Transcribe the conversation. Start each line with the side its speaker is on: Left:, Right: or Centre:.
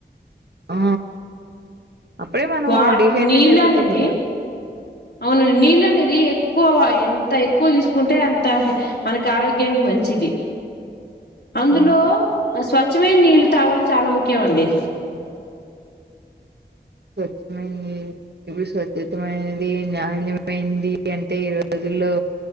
Right: ఆ అప్పుడే మనము
Left: వా
Right: డిహైడ్రేట్
Left: నీళ్ళు
Right: అయిపోతాం
Left: అనేది
Right: కదా
Left: అవునండి నీళ్ళు అనేది ఎక్కువ ఎంత ఎక్కువ తీసుకుంటే అంత మనకి ఆరోగ్యానికి మంచి చ్చిది అందులో
Right: ఆ
Left: వస్ స్వచ్ఛమైన నీళ్లు తాగడం చాలా ముఖ్యం అండి
Right: స్వచ్ఛమైన నీళ్లు ఇవి స్వచ్ఛతమైనది నాణ్యమైంది అంటే ఈరోజు లో